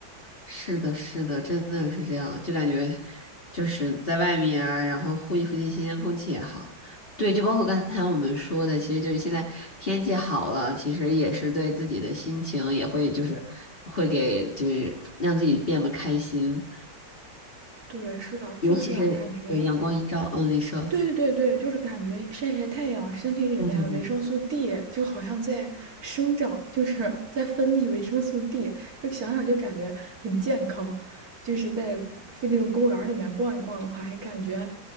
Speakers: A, on the left (about 30°); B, on the right (about 45°).
A: 是的，是的，真的是这样，就感觉就是在外面啊，然后呼吸呼吸新鲜空气也好。对，就包括刚才我们说的，其实就是现在天气好了，其实也是对自己的心情也会就是会给就是让自己变得开心，
B: 对，是的，
A: 尤其是对阳光一照，
B: 就是感觉
A: 嗯，你说，
B: 对对对对，就是感觉晒晒太阳，身体里面啊维生素
A: 对对对
B: D 就好像在生长，就是在分泌维生素 D，就想想就感觉很健康。就是在附近的公园里面逛一逛的话，还感觉